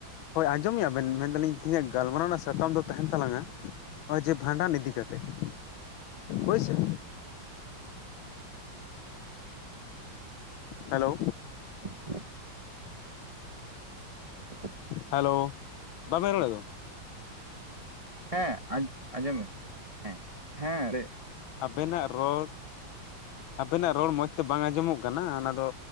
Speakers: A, on the left; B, on the right.
A: ᱦᱳᱭ ᱟᱸᱡᱚᱢᱮᱜᱼᱟ ᱵᱮᱱ, ᱢᱮᱱᱫᱟᱞᱤᱧ ᱛᱮᱦᱤᱧᱟᱜ ᱜᱟᱞᱢᱟᱨᱟᱣ ᱨᱮᱱᱟᱜ, ᱥᱟᱛᱟᱢ ᱫᱚ ᱛᱟᱦᱮᱱ ᱛᱟᱞᱟᱝᱟ? ᱱᱚᱜᱼᱚᱭ ᱡᱮ ᱵᱷᱟᱸᱰᱟᱱ ᱤᱫᱤ ᱠᱟᱛᱮᱜ, ᱦᱚᱭᱥᱮ᱾ ᱦᱮᱞᱳ,
B: ᱦᱮ <unintelligible> <inaudible> <unintelligible>
A: ᱦᱮᱞᱳ, ᱵᱟᱵᱮᱱ ᱨᱚᱲᱮᱫ ᱫᱚ᱾
B: ᱦᱮᱸ, ᱟᱸᱡᱚᱢ ᱢᱮ, ᱦᱮᱸ, ᱦᱮᱸ ᱨᱮ᱾
A: ᱟᱵᱮᱱᱟᱜ ᱨᱚᱲ ᱟᱵᱮᱱᱟᱜ ᱨᱚᱲ, ᱢᱚᱸᱡᱽ ᱛᱮ ᱵᱟᱝ ᱟᱸᱡᱚᱢᱚᱜ ᱠᱟᱱᱟ, ᱚᱱᱟ ᱫᱚ